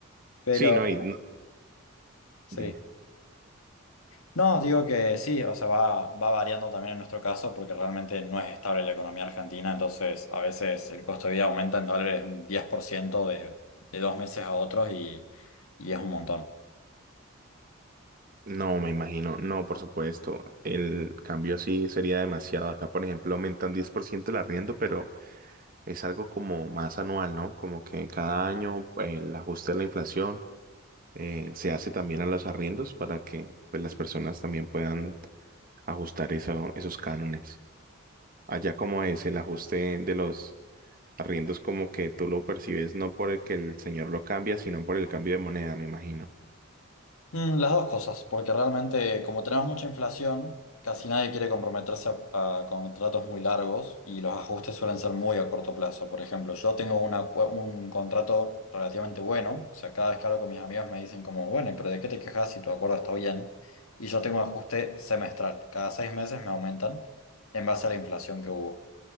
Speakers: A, on the left; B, on the right.
A: Pero
B: Sí, no, y no-
A: sí.
B: dime.
A: No, digo que sí, o sea, va, va variando también en nuestro caso porque realmente no es estable la economía argentina, entonces a veces el costo de vida aumenta en dólares un 10% de, de dos meses a otros y, y es un montón.
B: No, me imagino. No, por supuesto. El cambio así sería demasiado. Acá, por ejemplo, aumentan 10% el arriendo, pero es algo como más anual, ¿no? Como que cada año eh, el ajuste de la inflación eh, se hace también a los arriendos para que pues, las personas también puedan ajustar eso- esos cánones. Allá como es el ajuste de los arriendos, como que tú lo percibes no por el que el señor lo cambia, sino por el cambio de moneda, me imagino.
A: Mm, Las dos cosas, porque realmente como tenemos mucha inflación, casi nadie quiere comprometerse a, a contratos muy largos y los ajustes suelen ser muy a corto plazo. Por ejemplo, yo tengo una cua- un contrato relativamente bueno, o sea, cada vez que hablo con mis amigos me dicen como, bueno, pero de qué te quejas si tu acuerdo está bien? Y yo tengo un ajuste semestral, cada seis meses me aumentan en base a la inflación que hubo